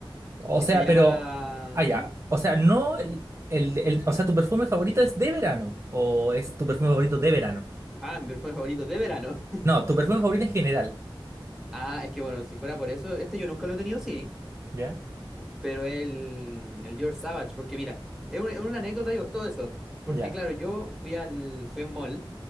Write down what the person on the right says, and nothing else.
O
sea,
pero, ah, ya,
o sea, no, el, el, el- o sea, tu perfume favorito es de verano, o es tu perfume favorito de verano.
No, tu perfume favorito en general.
Ya,
ya,